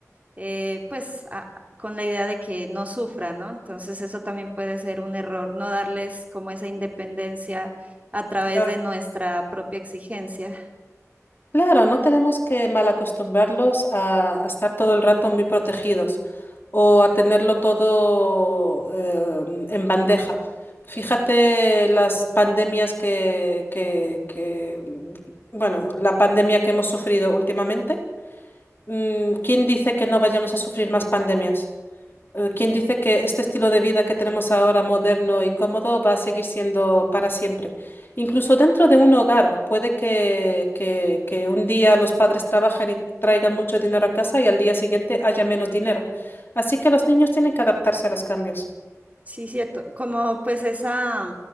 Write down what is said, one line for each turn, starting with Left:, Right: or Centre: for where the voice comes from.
Right: eh, pues a- con la idea de que no sufra, ¿no? Entonces eso también puede ser un error, no darles como esa independencia a través
Left: Claro.
Right: de nuestra propia exigencia.
Left: Claro, no tenemos que malacostumbrarlos a, a estar todo el rato muy protegidos o a tenerlo todo eh, en bandeja. Fíjate las pandemias que, que, que, bueno, la pandemia que hemos sufrido últimamente. Mm, ¿Quién dice que no vayamos a sufrir más pandemias? Eh, ¿Quién dice que este estilo de vida que tenemos ahora, moderno y cómodo, va a seguir siendo para siempre? Incluso dentro de un hogar, puede que, que- que un día los padres trabajen y traigan mucho dinero a casa y al día siguiente haya menos dinero. Así que los niños tienen que adaptarse a los cambios.
Right: Sí, cierto, como pues esa,